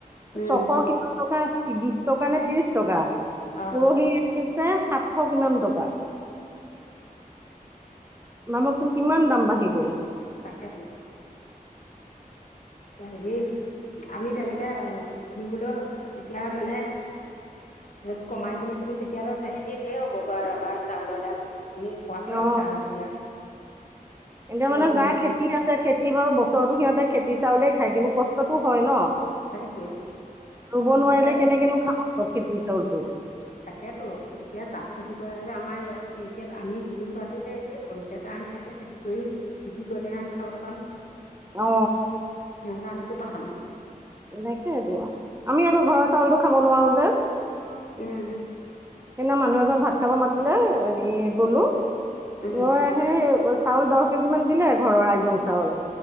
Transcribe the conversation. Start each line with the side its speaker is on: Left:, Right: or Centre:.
Left: উম
Right: ছশ
Left: অ উম
Right: কিমান টকা বিশ টকা নে ত্ৰিশ টকা।
Left: অ
Right: পৰহি আনিছে, সাতশ কিমান টকা।
Left: অ <unintelligible>
Right: ভাবকচোন, কিমান দাম বাঢ়ি গ'ল!
Left: তাকেতো। হেৰি, আমি তেনেকে কিনিবলৈও এতিয়া মানে য'ত কমাই কিনিছিলো, তেতিয়াহ'লে হেৰি ঢেৰ হ'বগৈ আৰু আমাৰ চাউলৰ দাম। আমি খোৱাটোৱে
Right: অ
Left: কথা আৰু তেতিয়া।
Right: এনেও
Left: বৰষুণ
Right: মানে যাৰ খেতি আছে, খেতি বাৰু বছৰতো সিহঁতে খেতি চাউলে খায়। কিন্তু কষ্টটো হয় ন!
Left: হেৰিটোৱে
Right: ৰুব
Left: সিহঁতে
Right: নোৱাৰিলে কেনেকেনো খা <unintelligible> খেতি চাউলটো?
Left: তাকেতো, এতিয়া তাত খেতি কৰা আৰু আমাৰ ইয়াত এতিয়া আমি কিনি খোৱাতো সেই কেই পৰিছে। কাৰণ, সিহঁতে খেতি কৰি বিক্ৰী কৰিলেহে আমি খাবলৈ পাম।
Right: অ।
Left: নহ'লে আমি ক'ৰ পা খাম?
Right: নাখাই টো, আমি আকৌ ঘৰৰ চাউলটো খাব নোৱাৰো যে।
Left: উম
Right: সেইদিনা মানুহৰ ঘৰত ভাত খাব মাতিলে, হেৰি গ'লো।
Left: উম
Right: গৈ হেই, চাউল দহ কেজি মান দিলে, ঘৰৰ আইজং চাউল।